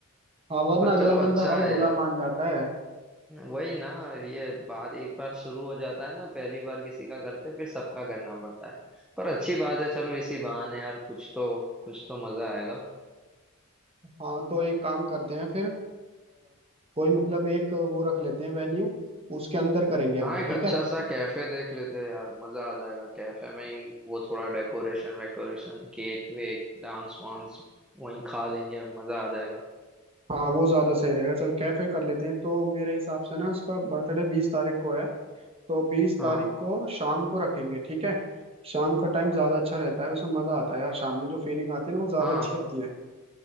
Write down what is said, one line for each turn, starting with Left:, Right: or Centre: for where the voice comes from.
Right: हाँ वरना
Centre: पर चलो
Right: अगला
Centre: अच्छा
Right: बंदा भाई
Centre: है
Right: बुला
Centre: यार
Right: मान जाता है
Centre: वही ना ये बात एक बार शुरू हो जाता है ना पहली बार किसी का करते फिर सबका करना पड़ता है पर अच्छी बात है चलो इसी बहाने यार कुछ तो कुछ तो मजा आएगा
Right: हाँ तो एक काम करते हैं फिर अ, कोई मतलब एक वो रख लेते हैं वेन्यू उसके अंदर करेंगे हम
Centre: हाँ एक
Right: ठीक
Centre: अच्छा
Right: है
Centre: सा कैफे देख लेते हैं यार मजा आ जाएगा कैफे में ही वो थोड़ा डेकोरेशन वेकोरेशन केक वेक डांस वांस वहीं खा लेंगे मजा आ जाएगा
Right: हाँ वो ज्यादा सही रहेगा चल कैफे कर लेते हैं तो मेरे हिसाब से ना उसका बर्थडे बीस तारीख को है तो बीस
Centre: हाँ
Right: तारीख को शाम को रखेंगे ठीक है शाम का टाइम ज्यादा अच्छा रहता है उसमें मजा आता है यार शाम में जो फीलिंग आती है ना वो ज्यादा
Centre: हाँ
Right: अच्छी आती है